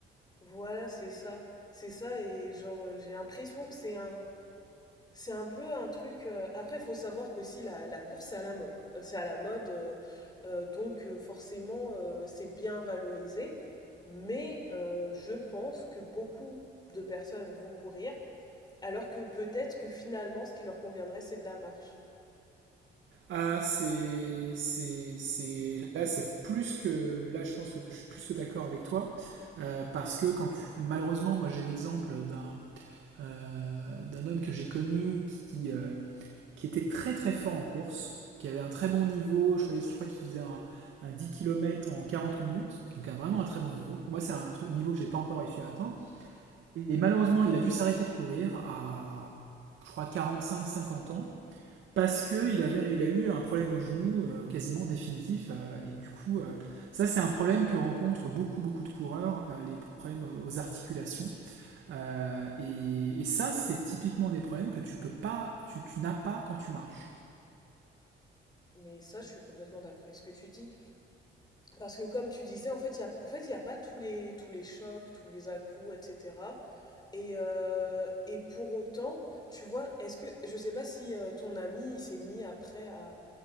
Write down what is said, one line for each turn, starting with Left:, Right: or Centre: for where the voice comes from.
Left: Voilà, c'est ça. C'est ça, et genre, euh, j'ai l'impression que c'est un, C'est un peu un truc. euh, Après, il faut savoir qu'aussi la, la course, c'est à la mode. Euh, C'est à la mode, euh, euh, donc euh, forcément, euh, c'est bien valorisé. Mais euh, je pense que beaucoup de personnes vont courir, alors que peut-être que finalement, ce qui leur conviendrait, c'est de la marche.
Right: Ah, c'est, c'est, c'est, là, c'est plus que, là, je pense que je suis plus que d'accord avec toi, euh, parce que quand tu, malheureusement, moi, j'ai l'exemple d'un, euh, d'un homme que j'ai connu qui, euh, qui était très très fort en course, qui avait un très bon niveau, je crois, je crois qu'il faisait un, un 10 km en 40 minutes, donc un, vraiment un très bon niveau. Moi, c'est un truc, niveau que j'ai pas encore réussi à atteindre. Et malheureusement, il a dû s'arrêter de courir à, je crois, 45-50 ans, parce qu'il avait, il a eu un problème au genou euh, quasiment définitif. euh, et du coup, euh, ça, c'est un problème que rencontrent beaucoup, beaucoup de coureurs, euh, les problèmes aux articulations. Euh, et, et ça, c'est typiquement des problèmes que tu peux pas, tu, tu n'as pas quand tu marches.
Left: Mais ça, je suis complètement d'accord avec ce que tu dis. Parce que comme tu disais, en fait, il y a, en fait, il y a pas tous les, tous les chocs, tous les à-coups, etc. Et, euh, et pour autant, tu vois, est-ce que, je sais pas si euh, ton ami il s'est mis après à,